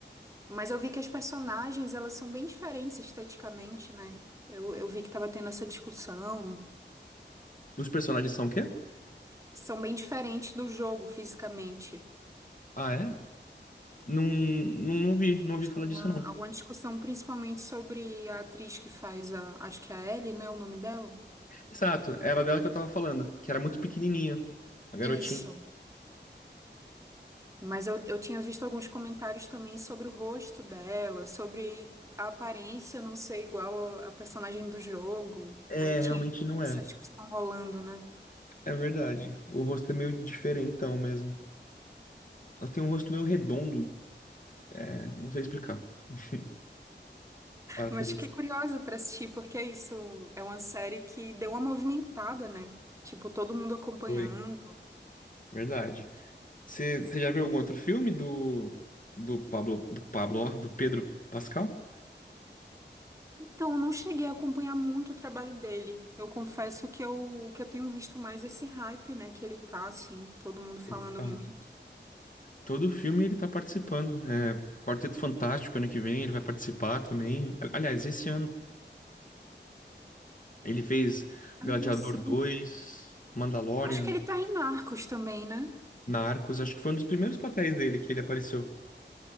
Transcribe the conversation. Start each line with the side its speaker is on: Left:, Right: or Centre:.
Right: Mas eu vi que as personagens, elas são bem diferentes esteticamente, né? Eu, eu vi que tava tendo essa discussão.
Left: Os personagens são o quê?
Right: São bem diferentes do jogo fisicamente.
Left: Ah, é? Não, não, não vi, não ouvi
Right: Está
Left: falar
Right: uma-
Left: disso não.
Right: alguma discussão principalmente sobre a atriz que faz a, acho que é a Ellie, né, o nome dela?
Left: Exato, era dela que eu tava falando, que era muito pequenininha, a garotinha.
Right: Isso. Mas eu, eu tinha visto alguns comentários também sobre o rosto dela, sobre a aparência não ser igual a, a personagem do jogo.
Left: É,
Right: Aí tinha
Left: realmente não
Right: essa
Left: é.
Right: discussão rolando, né?
Left: É verdade. O rosto é meio diferentão mesmo. Ela tem um rosto meio redondo, é, não sei explicar. <laughs> A Atriz.
Right: Mas fiquei curiosa pra assistir, porque é isso, é uma série que deu uma movimentada, né? Tipo, todo mundo acompanhando.
Left: Foi, verdade. Você você já viu algum outro filme do, do Pablo, do Pablo, ó, do Pedro Pascal?
Right: Então, eu não cheguei a acompanhar muito o trabalho dele. Eu confesso que eu, que eu tenho visto mais esse hype, né? Que ele tá, assim, todo mundo falando
Left: Ele tá.
Right: muito.
Left: Todo filme ele tá participando. É, Quarteto Fantástico, ano que vem, ele vai participar também. A- Aliás, esse ano. Ele fez
Right: Ah,
Left: Gladiador
Right: sim.
Left: dois, Mandalorian,
Right: Acho que ele tá em Narcos também, né?
Left: Narcos. Acho que foi um dos primeiros papéis dele que ele apareceu,